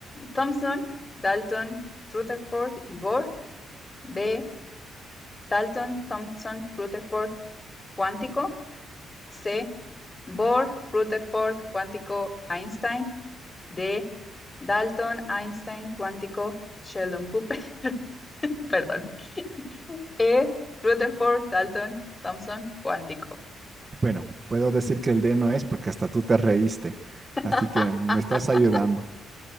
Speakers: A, on the left; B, on the right.
A: Thomson, Dalton, Rutherford y Bohr. B, Dalton, Thomson, Rutherford, cuántico. C. Bohr, Rutherford, cuántico, Einstein. D. Dalton, Einstein, cuántico, Sheldon Cooper. <laughs> Perdón. E. Rutherford, Dalton, Thomson, cuántico.
B: Bueno, puedo decir que el D no es porque hasta tú te reíste,
A: <laughs>
B: así que me estás ayudando.